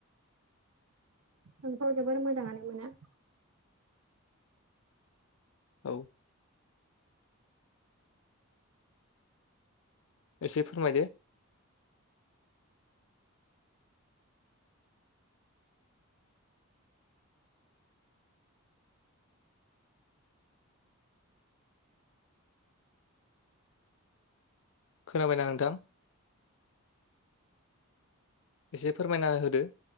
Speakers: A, on the right; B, on the left.
A: आंथ' जोबोर मोजाङानो मोनो।
B: औ एसे फोरमायदो खोनाबाय ना नोंथां एसे फोरमायना होदो <inaudible>